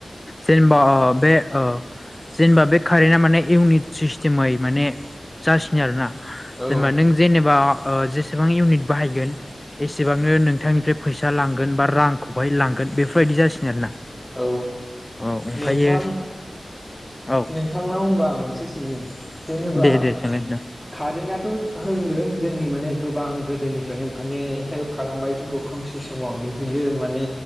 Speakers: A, on the left; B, in the centre.
A: जेनेबा बे ओ जेनेबा बे कारेन्टा माने इउनिट सिस्टेम माने जासिनि आरोना
B: औ
A: जेनेबा नों जेनेबा ओ एसेबां इउनिट बाहायगोन एसेबांनो नोंथांनिफ्राय फैसा लांगोन बा रांखौहाय लांगोन बेफोरबायदि जासिगोन आरोना
B: औ
A: औ ओमफ्रायो
B: नोंथां
A: औ
B: नोंथांनाव होनबा आं मोनसे सिनि जेनेबा
A: दे दे थांलाय
B: कारेन्टथ' होनदों जोंनि माने गोबां गोदोनिफ्रायनो माने हेल्प खालामबाय जोंखौ खोमसि समाव नुहैयो माने